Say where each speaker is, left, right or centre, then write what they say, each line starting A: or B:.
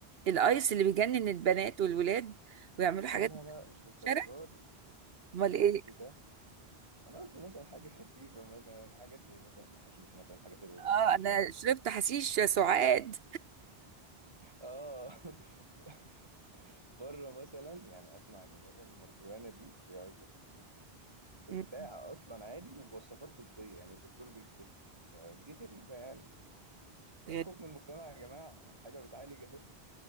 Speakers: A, on the right; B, on the right.
A: الايس اللي بيجنن البنات والولاد ويعملوا حاجات
B: لا لا
A: في
B: لا مش للدرجة
A: الشارع
B: دي مش
A: امال ايه
B: قصدي ده أنا قصدي مثلا حاجة خفيفة مثلا حاجات زي مثلا الحشيش مثلا حاجات الريلاكسيشن
A: اه انا شربت حشيش سعاد
B: آه <laughs> بره مثلا يعني أسمع إن بره المرجوانة دي اللي هي عشبة الحشيش دي بتتباع
A: مم.
B: اصلا عادي وبوصفات طبيه يعني الدكتور بيكتبها فدي غريبه يعني بس بلاش
A: غريب
B: خوف من المجتمع يا جماعه حاجه بتعالج اهي